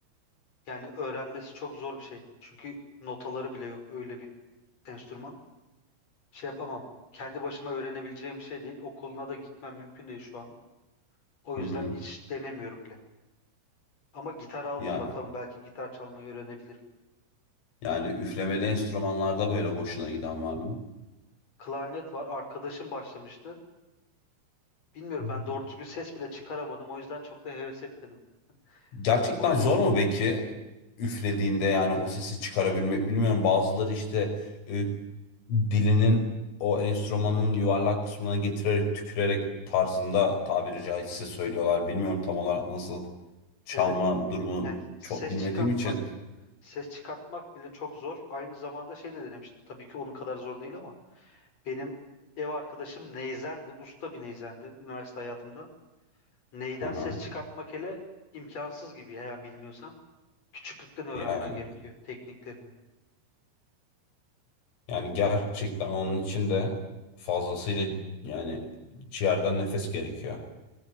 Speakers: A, on the left; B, on the left.
A: yani öğrenmesi çok zor bir şey. Çünkü notaları bile yok öyle bir enstrüman. Şey yapamam. Kendi başıma öğrenebileceğim bir şey değil. Okuluna da gitmem mümkün değil şu an. O yüzden
B: Hı hı.
A: hiç denemiyorum bile. Ama gitar aldım
B: Ya
A: bakalım belki gitar çalmayı öğrenebilirim.
B: Yani üflemeli enstrümanlarda böyle hoşuna giden var mı?
A: Klarnet var. Arkadaşım başlamıştı. Bilmiyorum
B: Hı hı.
A: ben doğru düzgün ses bile çıkaramadım. O yüzden çok da heves etmedim.
B: Gerçekten
A: Biraz moralim
B: zor
A: bozuldu.
B: mu peki üflediğinde yani o sesi çıkarabilmek bilmiyorum bazıları işte e, dilinin o enstrümanın yuvarlak kısmına getirerek tükürerek tarzında tabiri caizse söylüyorlar bilmiyorum tam olarak nasıl çalma
A: Evet
B: durumu
A: yani ses
B: çok bilmediğim
A: çıkartmak
B: için
A: Ses çıkartmak bile çok zor. Aynı zamanda şey de denemiştim. Tabii ki onun kadar zor değil ama benim ev arkadaşım neyzendi. Usta bir neyzendi üniversite hayatımda. Neyden
B: Aha.
A: ses çıkartmak hele imkansız gibi. Yani bilmiyorsan küçüklükten öğrenmen
B: yani
A: gerekiyor tekniklerini.
B: yani gerçekten onun için de fazlasıyla yani ciğerden nefes gerekiyor.